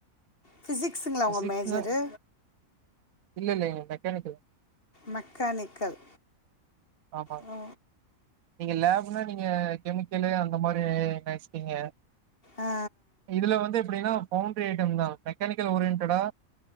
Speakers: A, on the left (about 40°); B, on the right (about 80°).
A: ஃபிசிக்ஸுங்களா
B: ஃபிசிக்ஸுனா
A: உங்கள் மேஜரு
B: இல்ல இல்ல மெக்கானிக்கல்
A: மெக்கானிக்கல்
B: ஆமாங்க.
A: ஆ
B: நீங்க லேப்னா நீங்க கெமிக்கலு அந்த மாரி நெனச்சிட்டீங்க
A: ஆ
B: இதுல வந்து எப்டின்னா பவுண்டரி ஐய்டம்ஸ் தா மெக்கானிக்கல் ஓரியன்ட்டடா